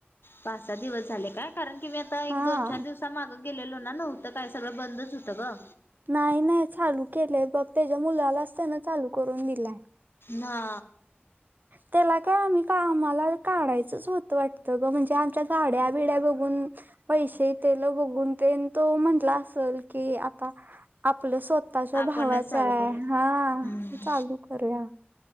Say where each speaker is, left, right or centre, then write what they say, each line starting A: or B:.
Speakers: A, on the left (about 65°); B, on the right (about 50°).
A: पाच सहा दिवस झाले काय कारण की मी आता एक
B: हा
A: दोन चार दिवसा मागं गेलेलो ना नव्हत. तर काय सगळं बंदच होतं ग.
B: नाही नाही चालू केलंय बघ त्याच्या मुलालाच त्यान चालू करून दिलाय.
A: ना.
B: त्याला काय आम्ही का आम्हाला काढायचंच होत वाटतं ग म्हणजे आमच्या गाड्या बिड्या बघ ून पैसे तेल बघून ते तो म्हंटला असेल की आता. आपल्या स्वतःच्या
A: आपणच
B: भावाच्या
A: चालू
B: आहे
A: करू
B: हा
A: हम्म
B: चालू करूया.